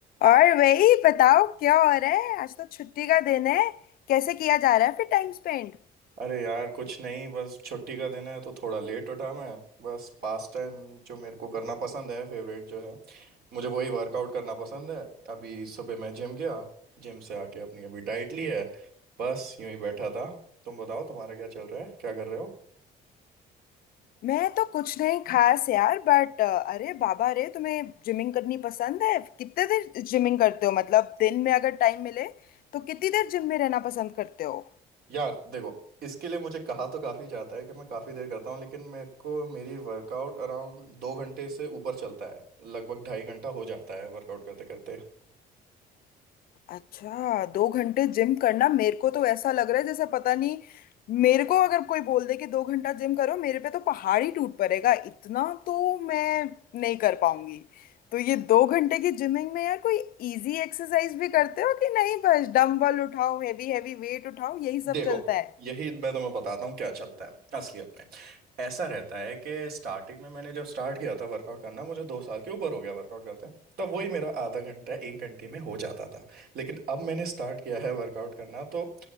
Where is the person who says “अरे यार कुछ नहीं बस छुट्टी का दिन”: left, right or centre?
Right